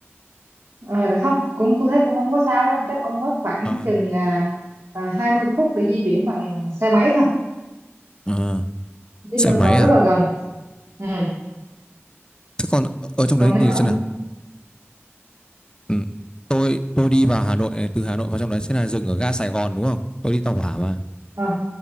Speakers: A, on the right (about 75°); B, on the left (about 20°).
A: Ờ, không cũng tôi thấy cũng không có xa đâu chắc ông mất khoảng
B: À,
A: chừng à, à, 20 phút để di chuyển bằng xe máy thôi
B: à,
A: Dinh
B: xe
A: Độc
B: máy
A: Lập
B: à?
A: rất là gần ừ.
B: Thế còn ở trong
A: còn
B: đấy nhìn
A: nếu mà
B: xem
A: ông
B: nào. Ừ. Tôi tôi đi vào Hà Nội này, từ Hà Nội vào trong đấy sẽ là dừng ở ga Sài Gòn đúng không? Tôi đi tàu hỏa mà.
A: à,